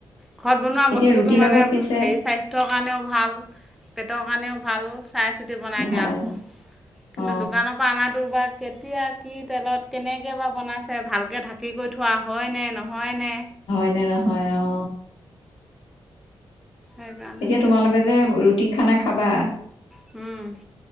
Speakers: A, in the centre; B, on the left.
A: ঘৰত বনোৱা
B: এতিয়া
A: বস্তুটো
B: ৰুটিৰ
A: মানে
B: লগত পিছে
A: হেৰি স্বাস্থ্যৰ কাৰণেও ভাল। পেটৰ কাৰণেও ভাল চাই চিতি বনাই
B: ভাল
A: দিয়া হ'ব। কিন্তু
B: অ
A: দোকানৰ পৰা অনাটো বা কেতিয়া কি তেলত কেনেকৈবা বনাইছে ভালকৈ ঢাকি কৰি থোৱা হয়নে নহয় নে।
B: সে নহয় অ
A: সেইকাৰণে
B: এতিয়া তোমালোকে যে ৰুটি খানা খাবা
A: হম